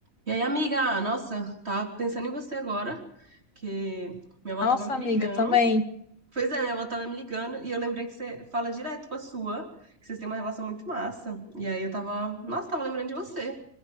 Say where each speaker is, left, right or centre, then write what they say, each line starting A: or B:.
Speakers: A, on the right (about 45°); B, on the left (about 60°).
A: E aí, amiga, nossa, tava pensando em você agora, que minha avó
B: Nossa,
A: tava me
B: amiga,
A: ligando.
B: também.
A: Pois é, minha avó tava me ligando e eu lembrei que você fala direto com a sua, que vocês têm uma relação muito massa. E aí eu tava, nossa, tava lembrando de você.